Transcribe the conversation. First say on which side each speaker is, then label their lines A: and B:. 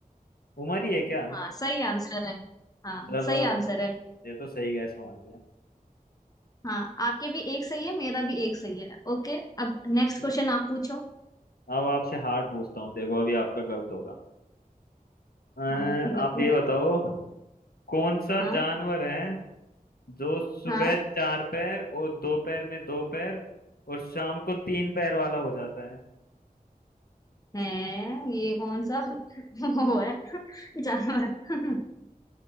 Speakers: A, on the left; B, on the left.
A: उमर ही है क्या
B: हाँ सही आंसर है हाँ
A: चलो
B: सही आंसर है
A: ये तो सही गैस मान लिया
B: हाँ आपके भी एक सही है मेरा भी एक सही है ओके अब नेक्स्ट
A: Right.
B: क्वेश्चन आप पूछो
A: अब आपसे हार्ड पूछता हूँ देखो अभी आपका गलत होगा अ,
B: हाँ ठीक
A: आप
B: है पूछो
A: ये बताओ कौन सा
B: हाँ
A: जानवर है जो सुबह
B: हाँ
A: चार पैर और दोपहर में दो पैर और शाम को तीन पैर वाला हो जाता है
B: है ये कौन सा <laughs> वो है जानवर <laughs>
A: <laughs>